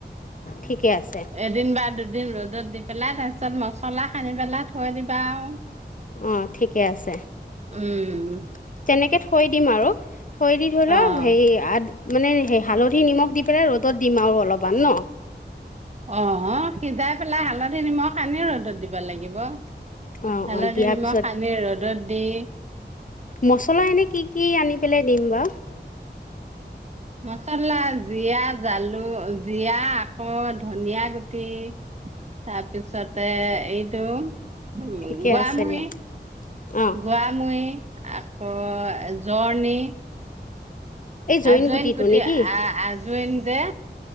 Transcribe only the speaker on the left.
ঠিকে আছে
অ ঠিকে আছে।
<inaudible> তেনেকে থৈ দিম আৰু থৈ দি ধৰি লওক
হেৰি আ মানে সেই হালধি-নিমখ দি পেলাই ৰ'দত দিম আৰু অলপমান ন?
অ'
অ' দিয়াৰ
পিছত
মচলা এনে কি কি আনি পেলাই দিম বাৰ
ঠিকে আছে দিয়া অঁ
এই জইন
গুটিটো
নেকি